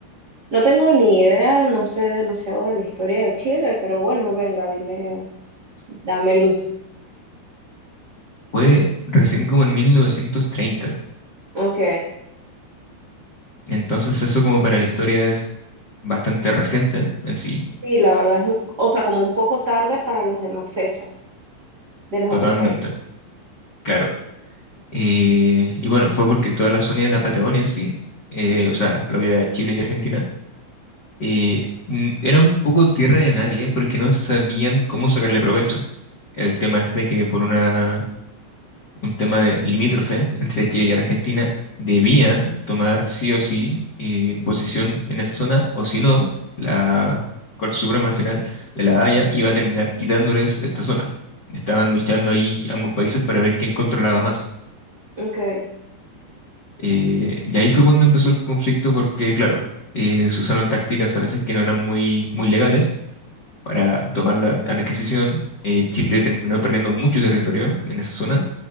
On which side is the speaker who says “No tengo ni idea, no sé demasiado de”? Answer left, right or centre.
Right